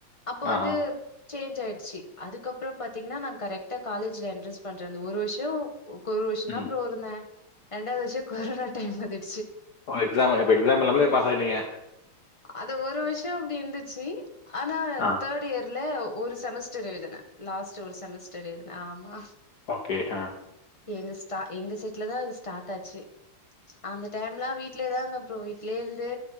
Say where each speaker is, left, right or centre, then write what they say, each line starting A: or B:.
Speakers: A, on the left (about 15°); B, on the left (about 50°).
A: அப்ப
B: ஆஹா
A: வந்து சேஞ் ஆயிசு அதுக்கப்புறம் பாத்தீங்கன்னா நான் கரெக்ட காலேஜ்ல என்ட்ரன் பன்றே ஒரு வருஷம் ஒரு வருஷம்
B: ம்
A: தான் ப்ரோ இருந்தேன் ரெண்டாவதுவருடம் கொரனா அது எப்டி
B: ஓ எக்ஸாம் இப்ப எக்ஸாம் எழுதமலே பாஸ் ஆயிட்டீங்க
A: அது ஒரு வருஷம் அப்படி இருந்துச்சு ஆனா
B: ஆ
A: தேட் இயர் இல்ல ஒரு செமஸ்டர் எழுதின லாஸ்ட் ஒரு செமஸ்டர் எழுதினே ஆமா
B: ஓகே ஆஹ
A: எங்க எங்க செட்ல தான் அது ஸ்டார்ட் ஆச்சு அந்த டைம்லாம் வீட்டு வீ்ட்லே தான் ஃப்ரோ வீட்லயே இருந்து